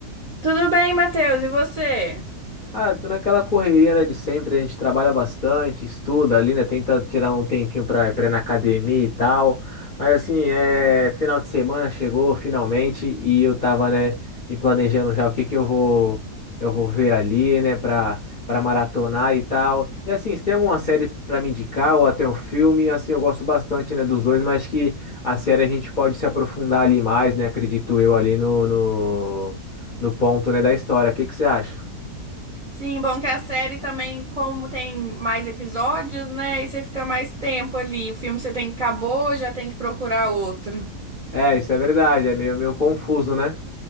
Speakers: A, on the right; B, on the left.
A: Tudo bem, Matheus, e você?
B: Ah, tô naquela correria, né, de sempre, a gente trabalha bastante, estuda ali, né, tenta tirar um tempinho pra, pra ir na academia e tal, mas assim, é, final de semana chegou finalmente e eu tava, né, me planejando já o que que eu vou, eu vou ver ali, né, pra, pra maratonar e tal, e assim, se tem alguma série pra me indicar ou até um filme, assim, eu gosto bastante, né, dos dois, mas que a série a gente pode se aprofundar ali mais, né, acredito eu ali no, no, no ponto, né, da história, o que que você acha?
A: Sim, bom que a série também, como tem mais episódios, né? E você fica mais tempo ali. O filme você tem que acabou, já tem que procurar outro.
B: É, isso é verdade, é meio, meio confuso, né?